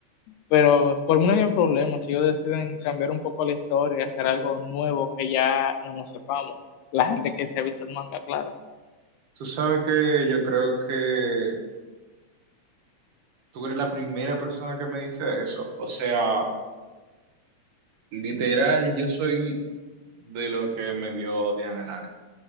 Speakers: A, on the left; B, on the right.
A: Pero por mí no había problema si ellos deciden cambiar un poco la historia, hacer algo nuevo que ya no nos sepamos. La gente que se ha visto el manga, claro.
B: Tú sabes que yo creo que tú eres la primera persona que me dice eso. O sea. Literal, yo soy de lo que me dio odian el anime.